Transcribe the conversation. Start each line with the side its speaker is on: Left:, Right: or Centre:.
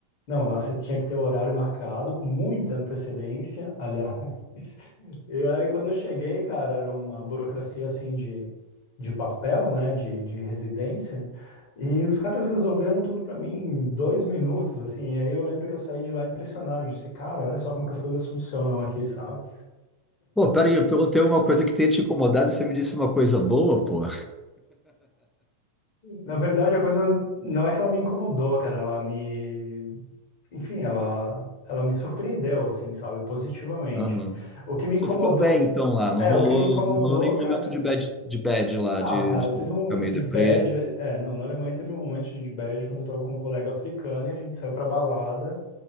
Left: Não, lá você tinha que ter o horário marcado com muita antecedência, aliás. <laughs> E aí, quando eu cheguei, cara, era uma burocracia assim de, de papel, né, de, de residência. E os caras resolveram tudo pra mim em dois minutos, assim. E aí eu lembro que eu saí de lá impressionado. Eu disse, cara, olha só como é que as coisas funcionam aqui, sabe?
Centre: Pô, peraí, eu perguntei alguma coisa que tenha te incomodado e você me disse uma coisa boa, pô.
Left: Na verdade, a coisa não é que ela me incomodou, cara. Ela me. Enfim, ela, ela me surpreendeu, assim, sabe? Positivamente.
Centre: Aham.
Left: O que me
Centre: Você
Left: incomodou.
Centre: ficou bem então lá, não
Left: É,
Centre: rolou,
Left: o que me incomodou,
Centre: não rolou nenhum
Left: cara.
Centre: momento de bad, de bad lá,
Left: Ah,
Centre: de,
Left: cara,
Centre: de
Left: teve um
Centre: ficar
Left: momento
Centre: meio
Left: de
Centre: deprê.
Left: bad. É, não, na Alemanha teve um momento de bad quando eu tava com um colega africano e a gente saiu pra balada